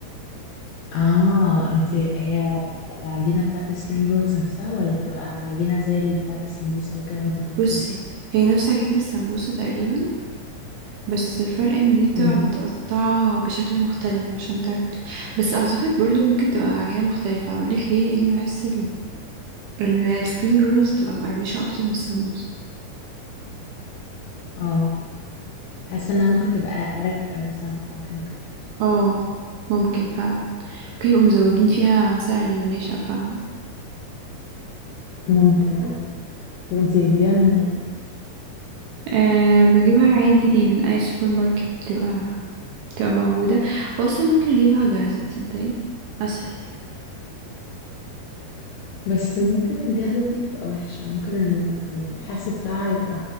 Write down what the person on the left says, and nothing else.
اه انت هي بتبقى العجينه بتاعت spring rolls نفسها ولا بتبقى عجينه زي اللي بتاعت السمبوسه وكده وانت بتلفيها
امم
اه حاسه انها ممكن تبقى ارق مثلا او حاجه
ممكن اي طب انت بتجيبيها منين
بس ممكن الجاهزه دي تبقى وحشه ممكن ال- الحشو بتاعها يبقى